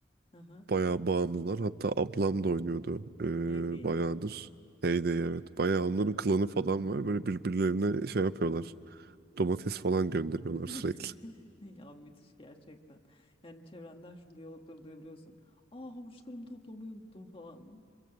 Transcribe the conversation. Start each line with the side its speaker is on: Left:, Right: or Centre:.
Left: <laughs> Aha.
Right: Bayağı bağımlılar. Hatta ablam da oynuyordu ee,
Left: Heyday
Right: bayağıdır.
Left: mi?
Right: Heyday evet. Bayağı onların klanı falan var. Böyle birbirlerine şey yapıyorlar. Domates falan gönderiyorlar
Left: <laughs>
Right: sürekli.
Left: Ya müthiş gerçekten. Yani çevrenden şu diyalogları duyabiliyorsun. Aa havuçlarımı toplamayı unuttum falan.